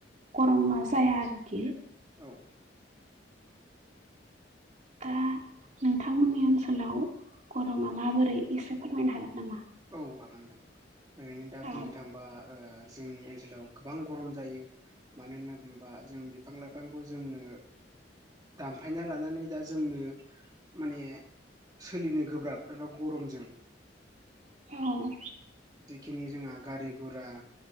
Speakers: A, on the right (about 40°); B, on the right (about 20°).
A: गरमा जाया आरोखि।
B: औ।
A: दा नोंथांमोननि ओनसोलाव गरमा माबोरै एसे फोरमायनो हागोन नामा।
B: औ हागोन नोंथां ओरैनो दा
A: औ
B: बुंनो थांबा ओ जोंनि ओनसोलाव गोबां गरम जायो। मानो होनना बुङोबा जों बिफां लाइफांखौ जोंनो दानफायना लानानै दा जोंनो माने सोलिनो गोब्राब एबा गरमजों
A: औ।
B: जिखिनि जोंहा गारि घुरा